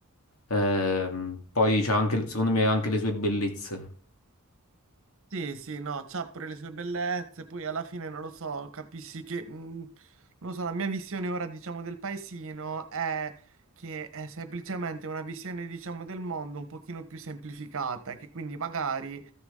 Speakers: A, on the left (about 75°); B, on the right (about 65°).
A: ehm, poi c'ha anche, secondo me, ha anche le sue bellezze.
B: Sì, sì, no, c'ha pure le sue bellezze, poi alla fine non lo so, capisci che, mm, non lo so, la mia visione ora, diciamo, del paesino è che è semplicemente una visione, diciamo, del mondo un pochino più semplificata, che quindi magari, eh,